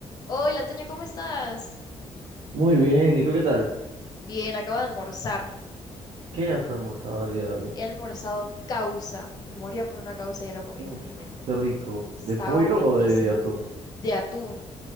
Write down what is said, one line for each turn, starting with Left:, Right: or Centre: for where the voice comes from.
Left: Hola, Toño, ¿cómo estás?
Right: Muy bien, ¿y tú qué tal?
Left: Bien, acabo de almorzar.
Right: ¿Qué has almorzado el día de hoy?
Left: He almorzado causa. Me moría por una causa y ya lo comí,
Right: Uf,
Left: felizmente.
Right: qué rico.
Left: Estaba
Right: ¿De pollo
Left: buenísima.
Right: o de atún?
Left: De atún.